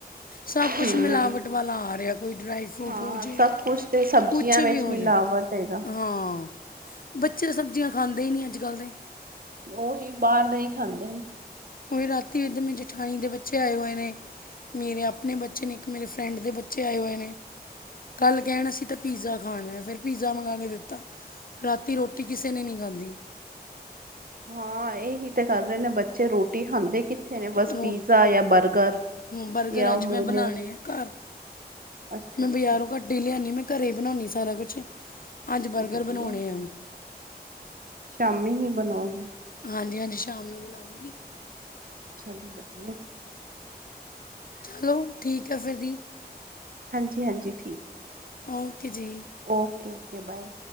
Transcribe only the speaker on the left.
ਸਭ ਕੁਛ
ਮਿਲਾਵਟ ਵਾਲਾ ਆ ਰਿਹਾ ਕੋਈ ਡਰਾਈਵ ਫਰੂਟ
ਹੋਜੇ
ਕੁਛ
ਵੀ ਹੋਜੇ
ਹਾਂ ਬੱਚੇ ਤਾਂ ਸਬਜ਼ੀਆਂ ਖਾਂਦੇ ਹੀ ਨਹੀਂ ਅੱਜ ਕੱਲ੍ਹ ਦੇ
ਉ ਰਾਤੀ ਇਧ ਮ ਜੇਠਾਣੀ ਦੇ ਬੱਚੇ ਆਏ ਹੋਏ ਨੇ ਮੇਰੇ ਆਪਣੇ ਬੱਚੇ ਨੇ ਇੱਕ ਮੇਰੇ ਫਰੈਂਡ ਦੇ ਬੱਚੇ ਆਏ ਹੋਏ ਨੇ ਕੱਲ ਕਹਿਣ ਅਸੀਂ ਤਾਂ ਪੀਜ਼ਾ ਖਾਣਾ ਫਿਰ ਪੀਜ਼ਾ ਮੰਗਵਾ ਕੇ ਦਿੱਤਾ ਰਾਤੀ ਰੋਟੀ ਕਿਸੇ ਨੇ ਨੀ ਖਾਂਦੀ।
ਰੋ
ਬਰਗਰ
ਅੱਜ
ਮੈਂ ਬਣਾਉਣੇ ਆ ਘਰ,
ਮੈ
ਬਜ਼ਾਰੋਂ ਘਟ ਹੀ ਲਿਆਣੀ ਮੈ ਘਰੇ ਹੀ ਬਣਾਉਦੀ ਸਾਰਾ ਕੁਛ ਅੱਜ ਬਰਗਰ
ਬਣਾਉਣੇ ਆ।
ਹਾਂਜੀ-ਹਾਂਜੀ, ਸ਼ਾਮ ਨੂੰ ਬਣਾਉਂਗੀ।
ਚਲੋ ਠੀਕ ਆ ਫਿਰ ਦੀ
ਓਕੇ ਜੀ